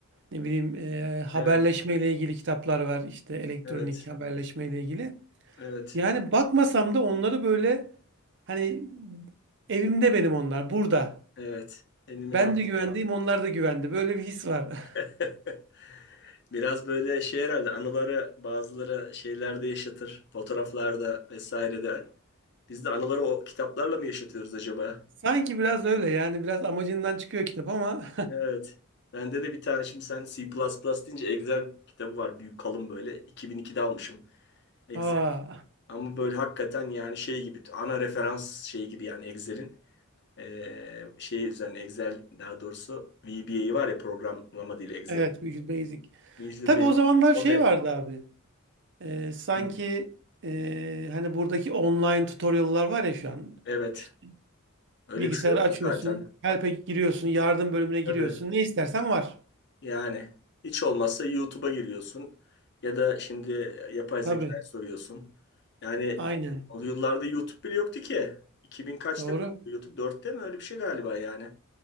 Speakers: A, on the right; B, on the left.
A: Ne bileyim e, haberleşmeyle
B: Evet.
A: ilgili kitaplar var. İşte elektronik
B: Evet.
A: haberleşmeyle ilgili.
B: Evet.
A: Yani bakmasam da onları böyle hani evimde benim onlar burada.
B: Evet. Elimin
A: Ben
B: altı.
A: de güvendeyim onlar da güvende. Böyle bir his var. <laughs>
B: <laughs> Biraz böyle şey herhalde anıları bazıları şeylerde yaşatır. Fotoğraflarda vesairede Biz de anıları o kitaplarla mı yaşatıyoruz acaba?
A: Sanki biraz öyle yani biraz amacından çıkıyor kitap ama.
B: Evet. Bende de bir tane şimdi sen C++ deyince Excel kitabı var. Büyük kalın böyle. 2002'de almışım Excel.
A: <laughs> Aa,
B: Ama böyle hakikaten yani şey gibi ana referans şey gibi yani Excel'in eee, şey üzerine Excel daha doğrusu VBA var ya programlama dili Excel'in.
A: evet Visual Basic.
B: Visual
A: Tabii
B: Basic.
A: o zamanlar
B: O
A: şey
B: da-
A: vardı abi. Ee, sanki
B: Hı,
A: e, hani buradaki online tutorial'lar var ya şu an.
B: Evet.
A: İşte
B: Öyle
A: bilgisayarı
B: bir şey yok
A: açıyorsun,
B: mu zaten?
A: help'e giriyorsun, yardım bölümüne giriyorsun.
B: Tabii.
A: Ne istersen var.
B: Yani hiç olmazsa YouTube'a giriyorsun ya da şimdi yapay
A: Tabii.
B: zekaya soruyorsun. Yani
A: Aynen.
B: o yıllarda YouTube bile yoktu ki. 2000 kaçta
A: Doğru.
B: kuruldu YouTube? 4'te mi? Öyle bir şey galiba yani.